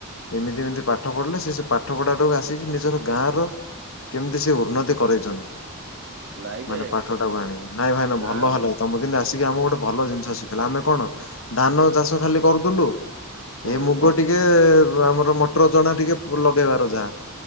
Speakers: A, on the left; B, on the right.
A: ଏମିତି ଏମିତି ପାଠ ପଢ଼ିଲେ ସେ ସେ ପାଠ ପଢ଼ାଟାକୁ ଆସିକି ନିଜର ଗାଁର। କେମିତି ସେ ଉନ୍ନତି କରେଇଛନ୍ତି
B: ନାଇଁ
A: ମାନେ
B: ଯେ
A: ପାଠ ଟାକୁ ଆଣିକି ନାଇଁ ଭାଇନା
B: ଗାଁକୁ
A: ଭଲ ହେଲା। ତମେ କିନ୍ତୁ ଆସିକି ଆମ ପଟେ ଭଲ ଜିନିଷ ଶିଖିଲ ଆମେ କଣ ଧାନ ଚାଷ ଖାଲି କରୁଥିଲୁ।
B: ହୁଁ
A: ଏ ମୁଗ ଟିକେ ଆମର ମଟର ଚଣା ଟିକେ ଲଗେଇବାର ଯାହା।